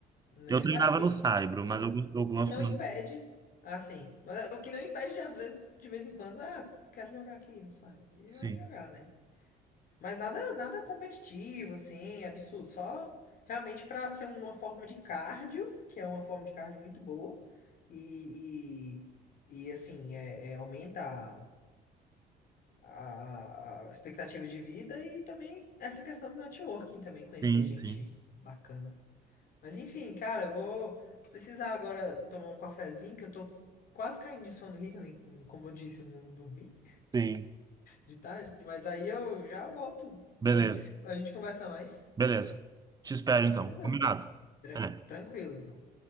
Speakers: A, on the left; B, on the right.
A: né?
B: Eu treinava
A: Mas assim,
B: no saibro,
A: na-
B: mas eu, eu
A: o
B: gosto.
A: que não impede, assim, mas o que não impede de às vezes, de vez em quando, ah, quero jogar aqui, não sabe?
B: Sim,
A: E vai jogar, né? Mas nada, nada competitivo, assim, absurdo. Só realmente para ser uma forma de cardio, que é uma forma de cardio muito boa. E, e, e, assim, é, é, aumenta a, a- a expectativa de vida e também essa questão do networking também, conhecer
B: sim,
A: gente
B: sim.
A: bacana. Mas enfim, cara, eu vou precisar agora tomar um cafezinho, que eu tô quase caindo de sono aqui, que eu nem, como eu disse, eu não dormi
B: Sim.
A: de tarde. Mas aí eu já volto.
B: Beleza,
A: A gente, a gente conversa mais.
B: beleza. Te espero então.
A: Beleza?
B: Combinado.
A: Tran-
B: Até.
A: tranquilo, então.